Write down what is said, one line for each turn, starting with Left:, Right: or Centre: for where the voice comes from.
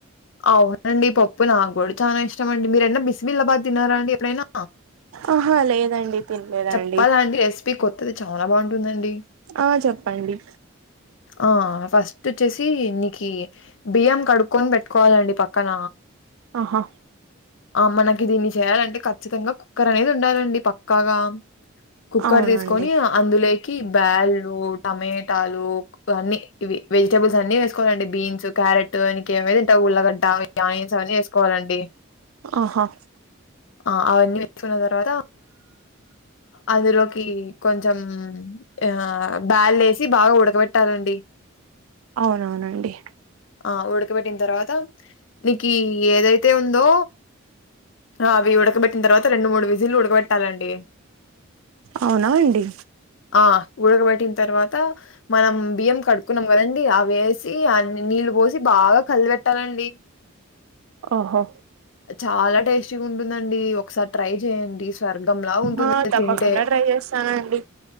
Left: అవునండి పప్పు నా గూడా చాలా ఇష్టం అండి మీరేన్న బిస్మిలాబాత్ తిన్నరా అండి ఎప్పుడైనా
Right: అహా లేదండి తినలేదండి
Left: చెప్పలా అండి రెసిపీ కొత్తది చాలా బావుంటుందండి
Right: ఆ చెప్పండి
Left: ఆ ఫస్ట్ వచ్చేసి నీకి బియ్యం కడుక్కొనీ పెట్టుకొవాలండి పక్కన
Right: అహా
Left: ఆ మనకి దీన్ని చేయాలంటే ఖచ్చితంగా కుక్కర్ అనేది ఉండాలండి పక్కాగా కుక్కర్
Right: అవునండి
Left: తీసుకొని అందులోకి బ్యాళ్లు టమేటాలు వన్నీ ఇవి వెజటబుల్స్ అన్ని వేసుకోవాలండి బీన్స్ క్యారెట్ లోనికి ఏమే ఉల్లగడ్డ ఆ ఆనియన్స్ అవన్నీ వేసుకోవాలండి
Right: ఆహా
Left: ఆ అవన్నీ వేసుకున్న తర్వాత అందులోకి కొంచెం ఆ బ్యాల్ వేసి బాగా ఉడకబెట్టాలండి
Right: అవునవును అండి
Left: ఆ ఉడకబెట్టిన తర్వాత నీకి ఏదైతే ఉందో అవి ఉడకబెట్టిన తర్వాత రెండు మూడు విజిలు ఉడకబెట్టాలండి
Right: అవునా అండి
Left: ఆ ఉడకబెట్టిన తర్వాత మనం బియ్యం కడుకున్నాం కదండి అవి వేసి అ నీళ్లు పోసి బాగా కలి పెట్టాలండి
Right: ఓహో
Left: చాలా టేస్ట్ చ్చి ఉంటుందండి ఒకసారి ట్రై చేయండి స్వర్గం లా ఉంటుంది
Right: ఆ తప్పకుండా
Left: తింటే
Right: ట్రై చేస్తానండి